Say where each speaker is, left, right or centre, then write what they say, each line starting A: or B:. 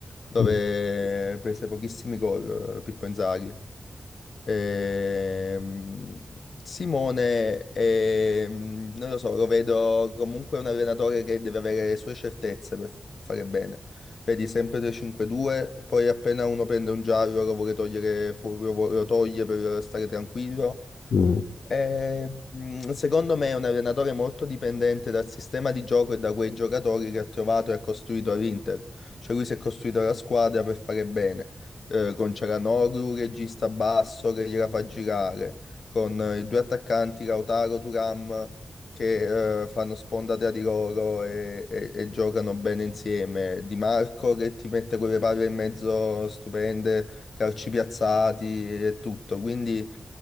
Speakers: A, on the left; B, on the left.
A: dove
B: mh,
A: prese pochissimi gol eh, Pippo Inzaghi. Ehm, Simone, ehm, non lo so, lo vedo comunque un allenatore che deve avere le sue certezze per fare bene vedi sempre 3-5-2, poi appena uno prende un giallo lo vuole togliere, fu- lo vu- lo toglie per stare tranquillo.
B: mh, mh.
A: E, mh, secondo me è un allenatore molto dipendente dal sistema di gioco e da quei giocatori che ha trovato e ha costruito all'Inter. Cioè lui si è costruito la squadra per fare bene, eh, con Cialanoglu, regista basso che gliela fa girare, con eh, i due attaccanti Lautaro, Turam che eh, fanno sponda tra di loro e, e- e giocano bene insieme. Di Marco che ti mette quelle palle in mezzo stupende, calci piazzati e tutto. Quindi